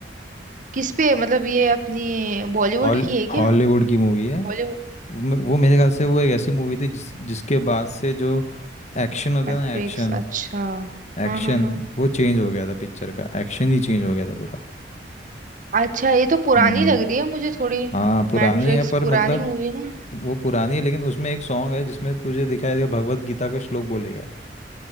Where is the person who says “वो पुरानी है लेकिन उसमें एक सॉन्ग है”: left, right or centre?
Left